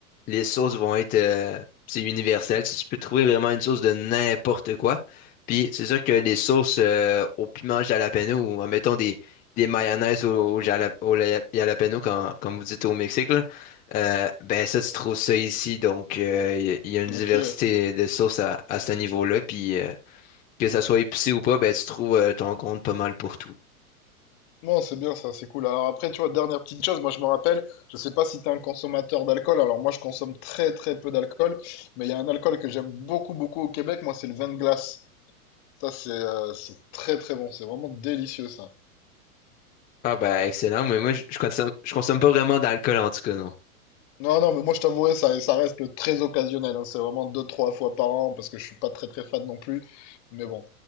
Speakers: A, on the left; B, on the left.
A: les sauces vont être, euh, c'est universel. Si tu peux trouver vraiment une sauce de n'importe quoi. Puis c'est sûr que les sauces euh, au piment jalapeno ou euh, mettons des, des mayonnaises au, au, jala- au la- jalapeno, quand, comme vous dites au Mexique, là, euh, ben ça, tu trouves ça ici. Donc euh, il y, a il y a une diversité
B: Ok.
A: de sauces à, à ce niveau-là. Puis euh, que ça soit épicé ou pas, ben tu trouves euh, ton compte pas mal pour tout.
B: Non, c'est bien ça, c'est cool. Alors après, tu vois, dernière petite chose, moi je me rappelle, je sais pas si tu es un consommateur d'alcool, alors moi je consomme très très peu d'alcool, mais il y a un alcool que j'aime beaucoup beaucoup au Québec, moi c'est le vin de glace. Ça c'est euh, c'est très très bon, c'est vraiment délicieux ça.
A: Ah ben excellent, mais moi je, je consomme, je consomme pas vraiment d'alcool en tout cas, non.
B: Non, non, mais moi je t'avouerai, ça, ça reste très occasionnel. hein. C'est vraiment deux, trois fois par an parce que je suis pas très très fan non plus. Mais bon.